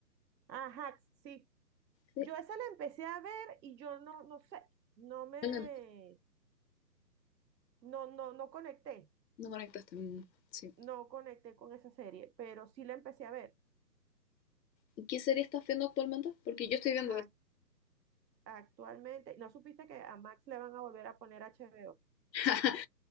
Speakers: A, on the right; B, on the left.
A: Ajá, sí.
B: Sí,
A: Yo esa la empecé a ver y yo no, no sé, no me,
B: No, la-
A: no, no, no conecté,
B: no conectaste. mm, sí.
A: no conecté con esa serie, pero sí la empecé a ver.
B: ¿Y qué serie estás viendo actualmente? Porque yo estoy viendo
A: Ac- actualmente, ¿no supiste que a Max le van a volver a poner HBO?
B: <laughs>